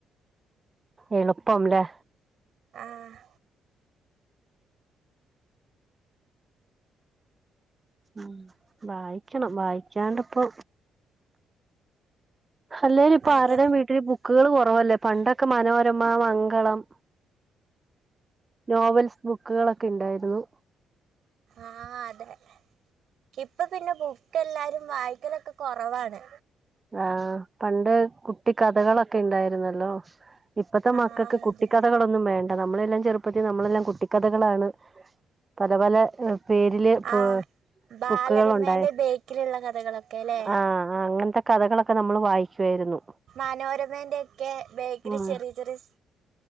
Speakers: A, on the right (about 25°); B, on the right (about 65°).
A: എളുപ്പം ല്ലേ
B: ആഹ്
A: ഉം വായിക്കണം. വായിക്കാണ്ട് അപ്പൊ അല്ലേല് ഇപ്പ
B: അതെ
A: ആരുടെം വീട്ടില് ബുക്കുകൾ കുറവല്ലേ പണ്ടൊക്കെ മനോരമാ മംഗളം നോവൽസ് ബുക്കുകളൊക്കെ ഇണ്ടായിരുന്നു
B: ആ അതെ കിപ്പൊ പിന്നെ ബു ക്ക് എല്ലാരും വായിക്കലെക്കെ കൊറവാണ്
A: ആ പണ്ട് കുട്ടിക്കഥകളൊക്കെ ഇണ്ടായിരുന്ന ലോ ഇപ്പത്തെ
B: ആഹ്
A: മക്കക്ക് കുട്ടിക്കഥകളൊന്നും
B: അതെ
A: വേണ്ട നമ്മളെല്ലാം ചെറുപ്പത്തിൽ നമ്മളെല്ലാം കുട്ടിക്കഥകളാണ് പല പല പേരില് ഇപ്പൊ
B: ആ ബാലരമേന്റെ
A: ബുക്കുകൾ ഉണ്ടായി
B: ബേക്കിലുള്ള കഥകളൊക്കേല്ലേ
A: ആഹ് അങ്ങനത്തെ കഥകളൊക്കെ നമ്മള് വായിക്കുവായിരുന്നു
B: മനോരമന്റെ ഒക്കെ ബേക്കില്
A: ഉം
B: ചെറിയ ചെറിയ